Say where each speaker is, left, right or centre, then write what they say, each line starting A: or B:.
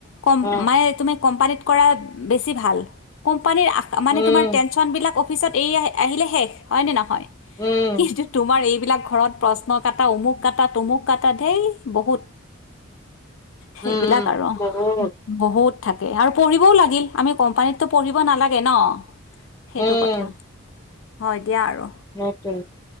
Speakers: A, on the left (about 70°); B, on the left (about 15°).
A: কম
B: অ',
A: মানে তুমি কোম্পানীত কৰা বেছি ভাল। কোম্প পানীৰ মানে
B: উম।
A: তোমাৰ টেনচন বিলাক অসু অফিচত এই আহ আহিলে শেষ হয়নে নহয়।
B: উম,
A: কিন্তু তোমাৰ এই বিলাক ঘৰত প্ৰশ্ন কটা অমুক কটা তুমুক কটা ঢেইৰ বহুত। সেইবিলাক
B: উম,
A: আৰু
B: বহুত
A: বহুত থাকে আৰু পঢ়িবও লাগে আমি কোম্পানীত টো পঢ়িব নালাগে ন। সেইটো
B: উম,
A: কথা। হয় দিয়া আৰু।
B: সেইটোৱে।